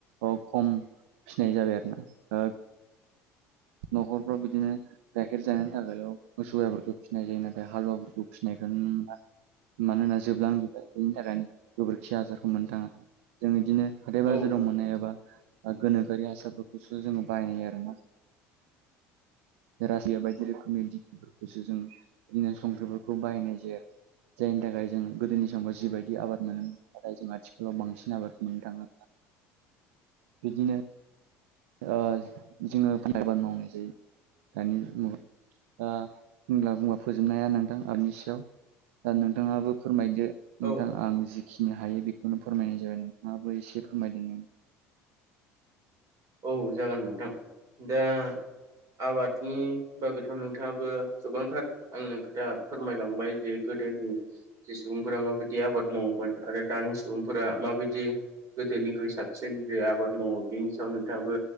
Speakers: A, on the right (about 65°); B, on the right (about 45°).
A: ओ खम फिनाय जाबाय आरोना ओ न'खरफ्राव बिदिनो गाइखेर जानायनि थाखायल' मोसौ गायफोरखौ फिनाय जायो नाथाय हालुवाफोरखौ फिनायखौ नुनो मोनला मानोना जोबलांजोबबाय बेनि थाखायनो गोबोरखि हासारखौ मोननो थाङा जों बिदिनो हाथाय
B: औ
A: बाजाराव मोननाय एबा गोनोखोआरि हासारफोरखौसो जोङो बाहायनाय आरोना रासिया बायदि रोखोमनि दिखिफोरखौसो जों बिदिनो संख्रिफोरखौ बाहायनाय जाया जायनि थाखाय जों गोदोनि समाव जिबायदि आबाद मोनो नाथाय जों आथिखालाव बांसिन आबादखौ मोननो थाङा बिदिनो ओ जोङो बिन <unintelligible> आबाद मावनाय जायो दानि मुगाव ओ होनब्ला बुंब्ला फोजोबनो हाया नोंथां आबादनि सायाव ओ नोंथाङाबो फोरमायदो
B: औ
A: नोंथां आं जिखिनि हायो बेखौनो फोरमायनाय जाबाय नोंथाङाबो इसे फोरमायदों नों
B: औ जागोन नोंथां दा आबादनि बागैथ' नोंथाङाबो गोबांथार आंनो खोथा फोरमायलांबाय जे गोदोनि जि सुबुंफोरा माबादि आबाद मावोमोन आरो दानि सुबुंफोरा माबायदि गोदोनिख्रुइ साबसिन जि आबाद मावो बेनि सायाव नोंथाङाबो